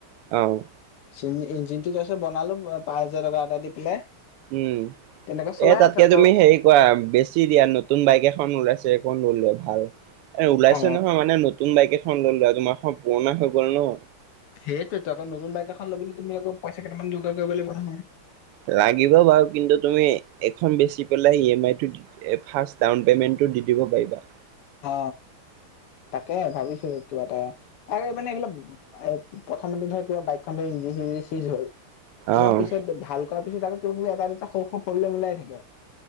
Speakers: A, on the right; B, on the left.
A: অ
B: চিন ইঞ্জিনটো তাৰপাছত বনালো পাঁচ হাজাৰ টকা এটা দি পেলাই।
A: উম
B: তেনেকে চলাই
A: এ তাতকে
B: আছো আকৌ
A: তুমি হেৰি কৰা বেছ ছি দিয়া নতুন বাইক এখন ওলাইছে সেইখন লৈ লোৱা ভাল এ ওলাইছে
B: অ
A: নহয় মানে নতুন বাইক এখন লৈ লোৱা, তোমাৰখন পুৰণা হৈ গ'ল ন।
B: সেইটোৱেইটো আকৌ নতুন বাইক এখন লবলে তুমি আক পইচা কেইটামান যোগাৰ কৰিব লাগিব নহয়।
A: লাগিব বাৰু কিন্তু তুমি এখন বেচি পেলাই ই এম আই টো ফাৰ্ষ্ট ডাউন পেমেণ্টটো দি দিব পাৰিবা।
B: অ তাকে ভাবিছো কিবা এটা তাকে মানে এইবিলাক এ প্ৰথমতে ধৰ কিবা বাইকখন ধৰ ইঞ্জিন-চিঞ্জিন চিজ হ'ল তোমাৰ
A: অ
B: পিছত ভাল কৰাৰ পিছত আৰু এটা-দুটা সৰু সৰু প্ৰব্লেম ওলাই থাকে।